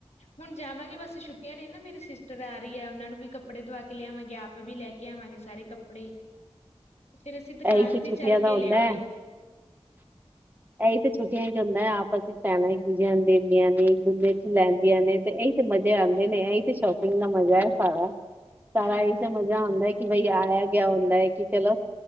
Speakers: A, on the left; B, on the right.
A: ਹੁਣ ਜਾਵਾਂਗੇ ਬਸ ਛੁੱਟੀ ਆਂ ਨੇ ਨਾ ਮੇਰੀ ਸਿਸਟਰ ਆ ਰਹੀ ਆ ਉਹਨਾਂ ਨੂੰ ਵੀ ਕੱਪੜੇ ਦੁਵਾ ਕੇ ਲਿਆਵਾਂਗੇ ਆਪ ਵੀ ਲੈ ਕੇ ਆਵਾਂਗੇ ਸਾਰੇ ਕੱਪੜੇ ਫੇਰ ਅਸੀਂ ਦੁਕਾਨ
B: ਇਹੀ
A: ਤੇ
B: ਛੁੱਟੀਆਂ
A: ਚੱਲ
B: ਦਾ
A: ਕੇ
B: ਹੁੰਦਾ
A: ਲਿਆਉਣੇ
B: ਹੈ
A: ਹੁੰਦੇ।
B: ਇਹੀ ਤਾਂ ਛੁੱਟੀਆਂ ਵਿੱਚ ਹੁੰਦਾ ਆਪਸ ਵਿੱਚ ਪੈਣਾ ਹੀ <unintelligible> ਲੈਂਦੀਆਂ ਨੇ ਤੇ ਇਹੀ ਤੇ ਮਜ਼ੇ ਆਂਦੇ ਨੇ ਇਹੀ ਤੇ ਸ਼ੋਪਿੰਗ ਦਾ ਮਜ਼ਾ ਐ ਸਾਰਾ। ਸਾਰਾ
A: ਹਾਂਜੀ
B: ਇਹੀ ਤਾਂ ਮਜ਼ਾ ਹੁੰਦਾ ਕਿ ਬਈ ਆਇਆ ਗਿਆ ਹੁੰਦਾ ਕਿ ਚਲੋ